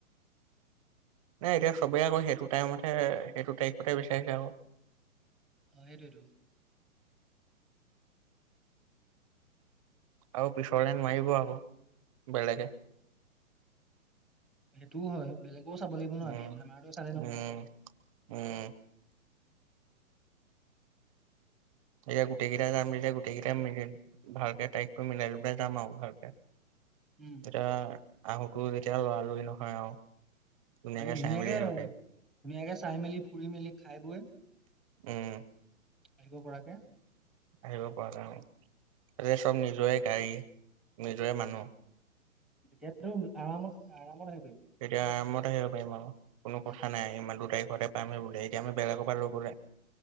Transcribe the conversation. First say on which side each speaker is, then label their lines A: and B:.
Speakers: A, on the right; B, in the centre.
A: নাই এতিয়া চবেই আকৌ সেইটো টাইমতহে সেইটো তাৰিখতে বিচাৰিছে আকৌ।
B: অ' সেইটোৱেই টো।
A: আৰু পিছলে নোৱাৰিব আকৌ বেলেগে।
B: সেইটোও হয় বেলেগেও চাব লাগিব
A: উম
B: ন, আমি আমাৰটো চালে
A: উম
B: নহ'ব নাহয়।
A: উম। এতিয়া গোটেই কেইটা যাম যেতিয়া গোটেই কেইটা মিলিম। ভালকে তাৰিখটো মিলাই লৈ পেলাই যাম আৰু ভালকে।
B: উম।
A: এতিয়া আহুকোৰা যেতিয়া লৰালৰি নহয় আৰু। ধুনীয়াকে
B: তাকে ধুনীয়াক
A: চাই মেলি আহিব পাৰিম
B: ধুনীয়াকে চাই মেলি ফুৰি মেলি খাই বৈ
A: উম
B: আহিব পৰাকে।
A: আহিব পৰা কাৰণত। এইয়া চব নিজৰে গাড়ী, নিজৰে মানুহ
B: এতিয়াটো আৰামত আৰামত আহিবি।
A: তেতিয়া আৰামত আহিব পাৰিম আৰু, কোনো কথা
B: উম
A: নাই ইমানটো তাৰিখতে টাইম লাগিব বোলে, এইটো আমি বেলেগৰ পৰাহে লৈ গ'লে,